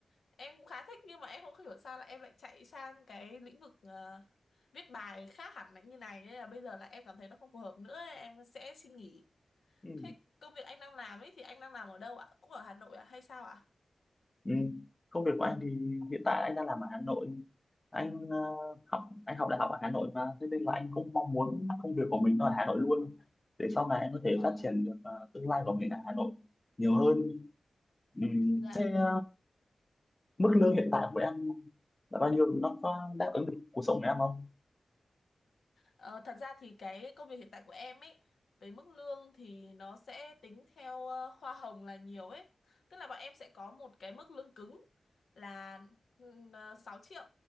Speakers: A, on the left; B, on the left.
A: Em cũng khá thích nhưng mà em không hiểu sao là em lại chạy sang cái lĩnh vực ờ, viết bài khác hẳn là như này nên là bây giờ là em cảm thấy nó không phù hợp nữa, em sẽ xin nghỉ.
B: ừ.
A: Thế công việc anh đang làm ấy thì anh đang làm ở đâu ạ? Cũng ở Hà Nội à hay sao ạ?
B: Ừ. Công việc của anh thì hiện tại anh đang làm ở Hà Nội. Anh ờ, học anh học đại học ở Hà Nội và thế nên là anh cũng mong muốn công việc của mình nó ở Hà Nội luôn để sau này anh có thể
A: Ờ,
B: phát triển được ờ, tương lai của mình ở Hà Nội nhiều hơn. Ừ.
A: Ừ, dạ
B: Thế ờ, mức lương hiện tại của em là bao nhiêu? Nó có đáp ứng được cuộc sống của em không?
A: Ờ, thật ra thì cái công việc hiện tại của em ấy với mức lương thì nó sẽ tính theo ờ, hoa hồng là nhiều ấy. Tức là bọn em sẽ có một cái mức lương cứng là ừm, ờ, 6 triệu